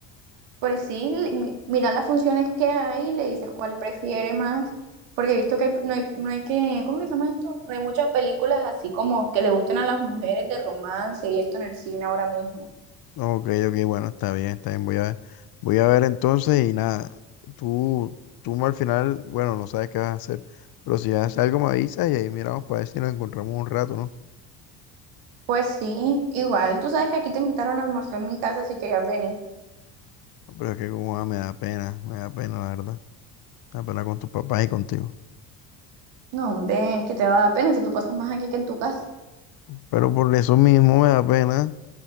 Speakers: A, on the right; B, on the left.
A: Pues sí, li- mi- mira las funciones que hay, le dices cuál prefiere más, porque he visto que hay- no hay, no hay que, ¿cómo que se llama esto? No hay muchas películas así como que le gusten a las mujeres de romance y esto en el cine ahora mismo.
B: Ok, ok, bueno, está bien, está bien. Voy a, voy a ver entonces y nada, tú, tú al final, bueno, no sabes qué vas a hacer, pero si haces algo me avisas y ahí miramos para ver si nos encontramos un rato, ¿no?
A: Pues sí, igual, tú sabes que aquí te invitaron a almorzar en mi casa si querías venir.
B: Pero es que como ah, me da pena, me da pena, la verdad. Me da pena con tus papás y contigo.
A: No, hombre, que te va a dar pena si tú pasas más aquí que en tu casa.
B: Pero por eso mismo me da pena.